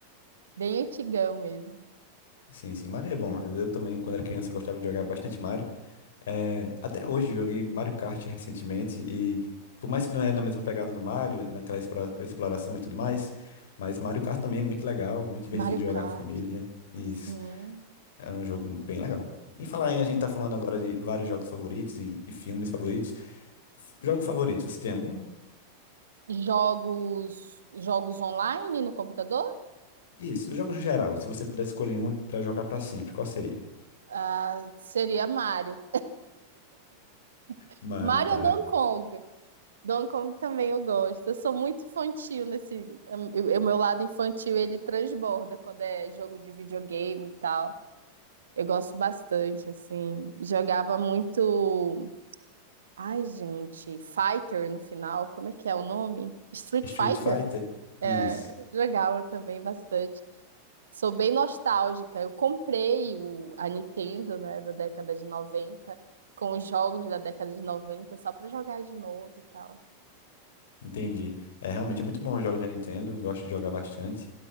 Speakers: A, on the right; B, on the left.
A: bem antigão mesmo.
B: Sim, sim. Mario é bom. Eu também, quando era criança, eu gostava de jogar bastante Mario. É, até hoje eu joguei Mario Kart recentemente e por mais que não é na mesma pegada do Mario, naquela explora- exploração e tudo mais, mas Mario Kart também é muito legal, muito divertido
A: Mario
B: jogar
A: Kart,
B: com a família. Isso
A: sim.
B: é um jogo bem legal. Em falar em, a gente tá falando agora de vários jogos favoritos e, e filmes favoritos. F- Jogo favorito, você tem algum?
A: Jogos, jogos online no computador?
B: Isso, os jogos em geral, se você pudesse escolher um pra jogar pra sempre, qual seria?
A: Ah, seria Mario. <laughs>
B: Mario,
A: Mario
B: tá.
A: ou Donkey Kong. Donkey Kong também eu gosto. Eu sou muito infantil nesse. hum, eu- eu- O meu lado infantil ele transborda quando é jogo de videogame e tal. Eu gosto bastante, assim. Jogava muito. Ai, gente, Fighter no final, como é que é o nome? Street
B: Street
A: Fighter?
B: Fighter?
A: É,
B: Isso.
A: jogava também bastante. Sou bem nostálgica. Eu comprei o... a Nintendo, né, da década de 90 com os jogos da década de 90 só pra jogar de novo e tal.
B: Entendi. É realmente é muito bom os jogos da Nintendo, gosto de jogar bastante.